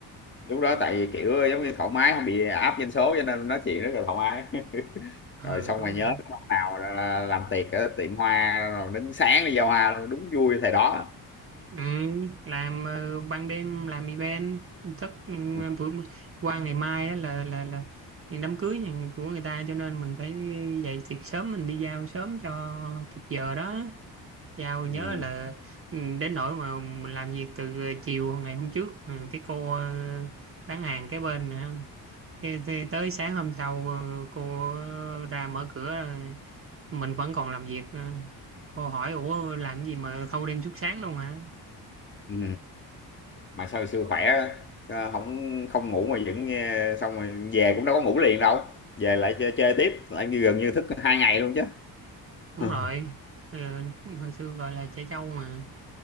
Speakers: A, on the left; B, on the right.
A: lúc đó tại vì kiểu giống như thoải mái không bị áp doanh số cho nên nói chuyện rất là thoải mái <laughs>
B: Ừ
A: rồi xong
B: đúng
A: rồi nhớ
B: rồi.
A: lúc nào là làm tiệc ở tiệm hoa rồi đến sáng đi giao hoa luôn đúng vui thầy đó
B: Ừ, làm ờ, ban đêm làm event thức ừ,
A: ừ.
B: bữa qua ngày mai á là là là đám cưới nhà của người ta cho nên mình phải dậy thiệt sớm mình đi giao sớm cho kịp giờ đó. giao
A: Ừ.
B: nhớ là ừ, đến nỗi mà mình làm việc từ ờ, chiều ngày hôm trước ừ, cái cô ờ, bán hàng cái bên nữa Khi- khi tới sáng hôm sau ờ, cô ra mở cửa ờ, mình vẫn còn làm việc ờ. cô hỏi ủa làm gì mà thâu đêm suốt sáng luôn hả
A: ừ. mà sao hồi xưa khỏe ờ, không không ngủ mà vẫn nghe xong rồi về cũng đâu có ngủ liền đâu về lại chơi, chơi tiếp lại như gần như thức hai ngày luôn chứ
B: đúng
A: <laughs>
B: rồi ờ, hồi xưa gọi là trẻ trâu mà